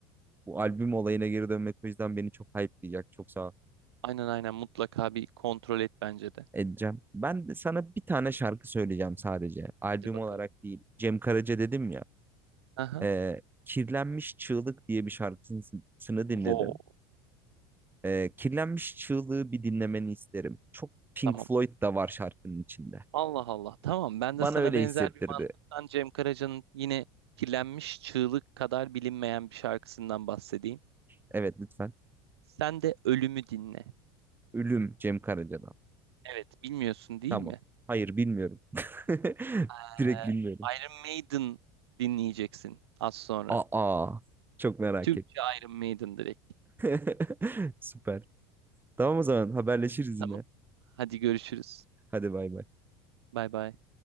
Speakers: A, on the right; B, on the right.
A: Bu albüm olayına geri dönmek o yüzden beni çok hype'layacak. Çok sağ ol
B: Aynen aynen mutlaka bir kontrol et bence de.
A: Edeceğim. Ben de sana bir tane şarkı söyleyeceğim sadece. Albüm
B: Hadi bakalım.
A: olarak değil. Cem Karaca dedim ya.
B: Aha.
A: Ee, Kirlenmiş Çığlık diye bir şarkısını
B: Wow.
A: dinledim. Ee, Kirlenmiş Çığlığı bir dinlemeni isterim. Çok Pink
B: Tamam.
A: Floyd da var şarkının içinde.
B: Allah Allah. Tamam. Ben
A: Bana
B: de sana
A: öyle
B: benzer
A: hissettirdi.
B: bir mantıktan Cem Karaca'nın yine kirlenmiş çığlık kadar bilinmeyen bir şarkısından bahsedeyim.
A: Evet lütfen.
B: Sen de ölümü dinle.
A: Ölüm Cem Karaca'dan.
B: Evet, bilmiyorsun değil
A: Tamam.
B: mi?
A: Hayır bilmiyorum. <laughs>
B: Ee,
A: Direkt bilmiyorum.
B: Iron Maiden dinleyeceksin az sonra.
A: Aa. Çok merak
B: Türkçe
A: ettim.
B: Iron Maiden direkt.
A: <laughs> Süper. Tamam o zaman haberleşiriz
B: Tamam.
A: yine.
B: Hadi görüşürüz.
A: Hadi bay bay.
B: Bay bay.